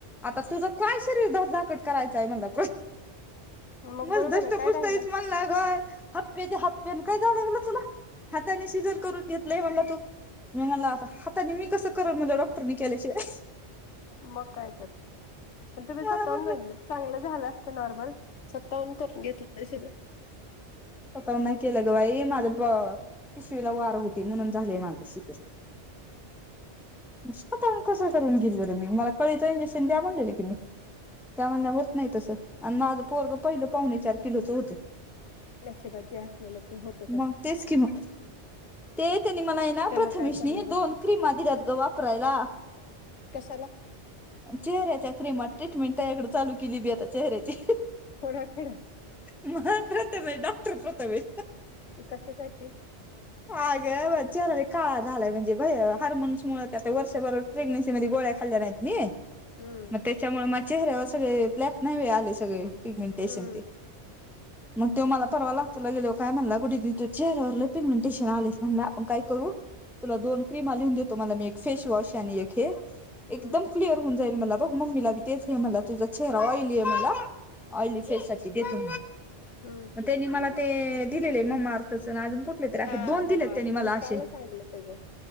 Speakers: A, in the centre; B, on the left (about 80°).
A: आता तुझं काय किती धडधाकट करायचय म्हणला
B: मग
A: म
B: बरोबर
A: धष्ट
B: आहे
A: पुष्टतच
B: काय राहिलय
A: म्हण ला ग. हप्पे त्या हप्प्याने काय जाड म्हला तुला हाताने शिजर करून घेतलंय म्हला तू. मी मला अस आता मी कसं करन माझ डॉक्टरनी केल्याशिवाय.
B: मग काय तर. मग तुम्ही स्वतःहून
A: मला म्हणलं
B: म्हटलं चांगलं झालं असतं नॉर्मल स्वतःहून करून घेतलंय सगळ.
A: पताव ना केलंग भाई मझ प पिशवीला वार होती म्हणून झाले माझ्याशी गष स्वतः कसं करून गेल बरं मी मला कळीच इंजेक्शन द्या म्हणजले की मी त्या म्हला होत नाही तसं आणि माझं पोरग पहिलं पावणे चार किलोचं होतं
B: नशिबाज जे असलेलं ते होतच
A: मग
B: अस
A: तेच किम ते त्यांनी मला आहे ना
B: त्याला
A: प्रथमेशनी
B: काय करणार
A: दोन
B: आता
A: क्रिमा दिल्यात ग वापरायला.
B: कशाला
A: चेहऱ्याच्या क्रीमात ट्रीटमेंट त्याकडे चालू केली बी आता चेहऱ्याची
B: कोडखेड
A: म प्रथमे डॉक्टर प्रथमे
B: कशसाठीते
A: अग चरा काळ झालाय म्हणजे भय हार्मोन्स मु आता वर्षभरर प्रेग्नसी मध्ये गोळ्या खाल जा नाहीत नाही
B: हम्
A: त्याच्यामुळे मग चेहऱ्यावर सगळे ब्लॅक नाही आले सगळे पिगमेंटेशन
B: हम्म
A: ते मग त्यो मला परवा लातूरला गेल्यावर काय म्हणला कुठे त त चेहऱ्यावर पिगनिटेशन आलेस म्हणलं आपण काय करू तुला दोन क्रीम लिहून देतो मला मी एक फेस वॉश आणि एक हे एकदम
B: हम्म
A: क्लिअर होऊन जाईल म्ह मला बघ मम्मीला तेच हे म्हणला तुझा चेहरा ऑली आहे म्हणला ऑली फे कि दे त
B: हम्म
A: त्यांनी मला ते.. दिलेले ममा अर्थच अजून ते तर आहे,
B: हा
A: दोन
B: मग
A: दिले
B: मार्क
A: त्यांनी मला
B: मी
A: असे.
B: कालच आणलं त्याच